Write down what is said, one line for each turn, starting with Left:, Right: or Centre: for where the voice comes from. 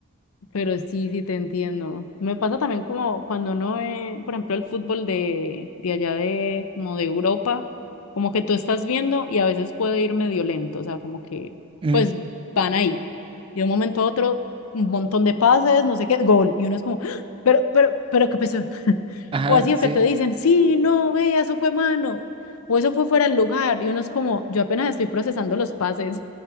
Left: <laughs> Pero sí, sí te entiendo. Me pasa también como cuando no es, por ejemplo, el fútbol de, de allá de, como de Europa, como que tú estás viendo y a veces puede ir medio lento, o sea, como que,
Right: Mm,
Left: pues van ahí. Y de un momento a otro, un montón de pases, no sé qué, gol. Y uno es como, ¡Ah! pero, pero, pero, ¿qué pasó? <laughs>
Right: Ajá,
Left: O así, o
Right: sí,
Left: que te dicen, sí, no, ve, eso fue mano. O eso fue fuera del lugar. Y uno es como, yo apenas estoy procesando los pases.